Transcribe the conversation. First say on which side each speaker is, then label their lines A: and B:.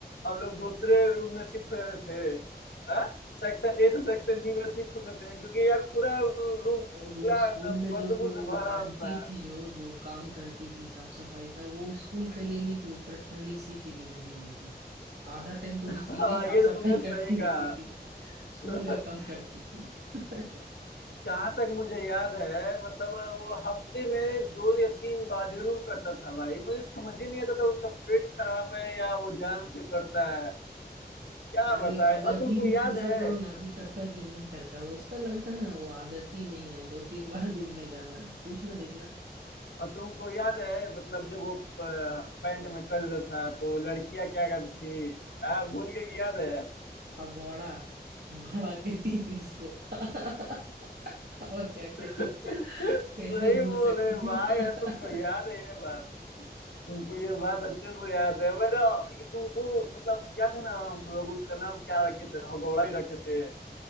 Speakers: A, on the left; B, on the right.
A: हम लोग दूसरे रूम में शिफ्ट होते थे हाँ सेक्शन ए से सेक्शन बी में शिफ्ट होते थे क्योंकि यार पूरा रूम पूरा
B: और जो स्कूल
A: ना
B: में जो
A: बदबू
B: वो
A: से भरा
B: आंटी
A: था
B: थी जो जो काम करती थी साफ सफाई का वो स्कूल के लिए नहीं थी वो पर्सनली इसी के लिए लगी हुई थी आधा टाइम तो वो
A: हाँ,
B: इसी का ही साफ
A: ये
B: सफाई
A: तो तुमने
B: <laughs> करती
A: सही कहा
B: रहती थी स्कूल
A: <laughs>
B: का कम करती थी <laughs>
A: जहां तक मुझे याद है मतलब वो हफ्ते में दो या तीन बार जरूर करता था भाई मुझे समझ ही नहीं आता था उसका पेट खराब है या वो जान से करता है क्या
B: अरे
A: बताए
B: अब
A: और
B: अभी
A: तुमको
B: भी
A: याद
B: पूछा
A: है
B: करो ना अभी करता है कि नहीं करता वो उसका लग रहा ना वो आदत ही में ही है दो तीन बार दिन में जाना पूछना देखना
A: और तुमको याद है मतलब जब वो प- पैंट में कर देता था तो लड़कियां क्या करती थी आ, भूल के की याद है
B: हगौड़ा हगौड़ा कहती थी उसको <laughs> और क्या कहती
A: <laughs>
B: थी,
A: सही
B: कैसे भूल
A: बोले
B: सकते हैं?
A: भाई यार तुमको याद है ये बात तुमको ये बात अच्छे से याद है मेरा ये तुमको मतलब याद है ना हम लोग उसका नाम क्या रखे थे हगौड़ा ही रखे थे